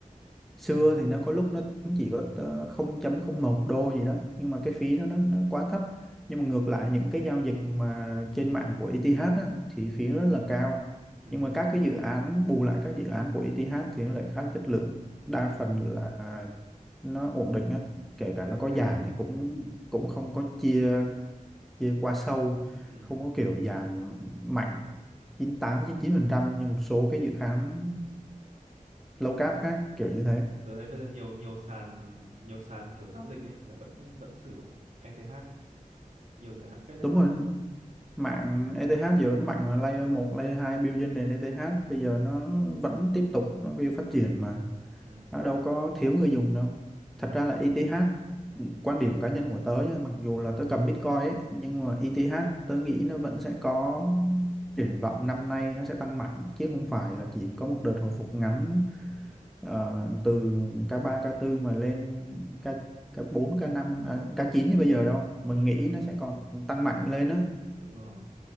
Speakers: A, in the centre; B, on the right (about 60°).
A: xưa
B: ừ
A: thì nó có lúc nó cũng chỉ có tờ- 0.01 đô gì đó nhưng mà cái phí nó nó, nó quá thấp nhưng mà ngược lại những cái giao dịch mà trên mạng của ETH á, thì
B: ừ
A: phí nó rất là cao
B: ừ
A: nhưng mà các cái dự án bù lại các dự án của ETH thì nó lại khá là chất lượng
B: ừ
A: đa phần là nó ổn định á kể
B: chất
A: cả
B: lượng
A: nó có
B: phết
A: giảm
B: nhỉ
A: thì cũng cũng không có chia chia quá sâu
B: ừ
A: không có kiểu giảm mạnh 98 99 phần trăm như một số cái dự án low cap khác kiểu
B: ừ
A: như thế
B: tớ thấy bây giờ nhiều nhiều sàn nhiều sàn kiểu giao dịch ấy là vẫn vẫn sử dụng ETH ấy nhiều dự án phết đấy
A: đúng rồi mạng ETH giờ vẫn mạnh mà layer một layer 2 build trên nền ETH bây giờ nó vẫn tiếp tục nó build phát triển mà
B: ừ
A: nó đâu có thiếu người dùng đâu
B: ừ
A: thật ra là ETH ừ, quan điểm cá nhân của tớ nha mặc dù là tớ cầm Bitcoin ấy nhưng
B: ừ
A: mà ETH tớ nghĩ nó vẫn sẽ có triển vọng năm nay nó sẽ tăng mạnh chứ không phải là chỉ có một đợt hồi phục ngắn ờ, từ ca ba ca tư mà lên ca ca bốn ca năm à, K9 như bây giờ đâu mình
B: ừ
A: nghĩ
B: ừ
A: nó sẽ còn tăng mạnh lên á
B: đúng rồi